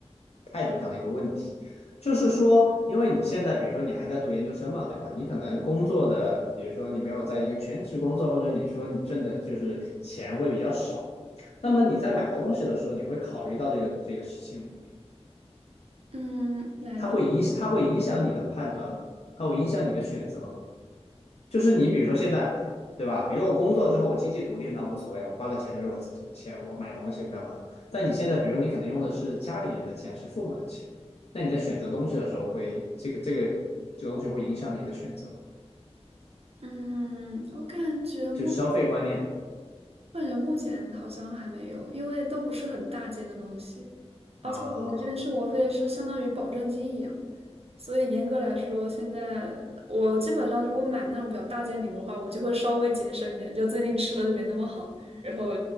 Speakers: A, on the left (about 65°); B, on the right (about 60°).
A: 态度上的一个问题，就是说，因为你现在比如说你还在读研究生嘛，对吧？你可能工作的，比如说你没有在一个全职工作，或者你说你挣的就是钱会比较少，那么你在买东西的时候，你会考虑到这个这个事情吗，
B: 嗯，哪都，
A: 它会影它会影响你的判断吗？它会影响你的选择吗？就是你比如说现在，对吧？比如我工作之后，我经济独立那无所谓，我花的钱都是我自己的钱，我买东西干嘛？但你现在，比如你可能用的是家里人的钱，是父母的钱，那你在选择东西的时候会，这个这个这个东西会影响你的选择，
B: 嗯，我感觉目
A: 就消费观念
B: 我感觉目前好像还没有，因为都不是很大件的东西，而且我在这边生活费是相当于保证金一样，
A: 啊。
B: 所以严格来说，现在我基本上如果买那种比较大件礼物的话，我就会稍微节省一点，就最近吃的就没那么好，然后